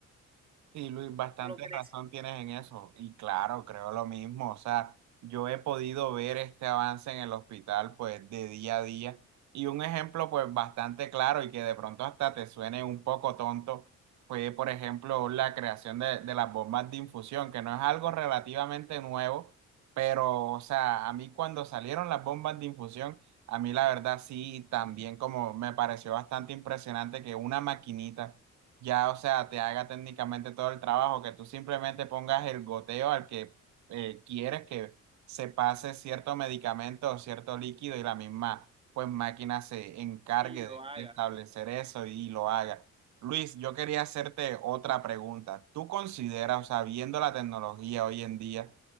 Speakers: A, on the right; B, on the right.
A: Sí, Luis, bastante
B: ¿No lo crees?
A: razón tienes en eso. Y claro, creo lo mismo. O sea, yo he podido ver este avance en el hospital, pues, de día a día. Y un ejemplo, pues, bastante claro y que de pronto hasta te suene un poco tonto, fue, por ejemplo, la creación de, de las bombas de infusión, que no es algo relativamente nuevo, pero, o sea, a mí cuando salieron las bombas de infusión, a mí la verdad sí, también como me pareció bastante impresionante que una maquinita ya, o sea, te haga técnicamente todo el trabajo, que tú simplemente pongas el goteo al que eh, quieres que se pase cierto medicamento o cierto líquido y la misma, pues máquina se encargue
B: Y lo
A: de,
B: haga.
A: de establecer eso y lo haga. Luis, yo quería hacerte otra pregunta. ¿Tú consideras, o sea, viendo la tecnología hoy en día,